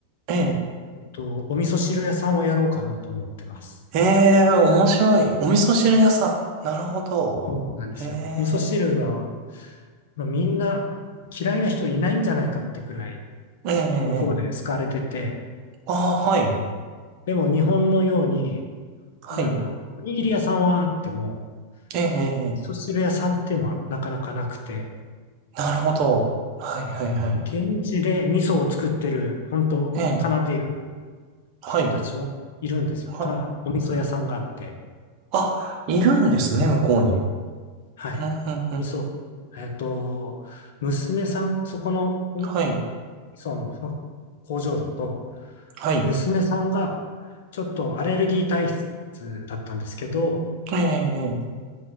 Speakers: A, on the right (about 40°); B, on the left (about 55°).
A: ええ。
B: えっと、お味噌汁屋さんをやろうかなと思ってます。
A: ええ、面白い。お味噌汁屋さん。なるほど。
B: そうなんですよ。
A: ええ、
B: 味噌汁は、まあ、みんな嫌いな人いないんじゃないかってくらい、
A: ええ、ええ。
B: 向こうで好かれてて、
A: ああ、はい。
B: でも日本のように、
A: はい。
B: なんだろう、おにぎり屋さんはあっても、
A: ええ、ええ。
B: 味噌汁屋さんっていうのはなかなかなくて、
A: なるほど。はい、はい、はい。
B: 現地で味噌を作ってる、本当カナディアンの
A: ええ、はい。
B: 人たちはいるんですよ。
A: はい。
B: かな、お味噌屋さんがあって、
A: あ、いるんですね、向こうに。
B: はい。
A: うん、うん、うん。
B: 味噌、えっと、娘さん、そこのお味
A: はい。
B: 噌の工場だと、
A: はい。
B: 娘さんがちょっとアレルギー体質だったんですけど、
A: ええ、ええ。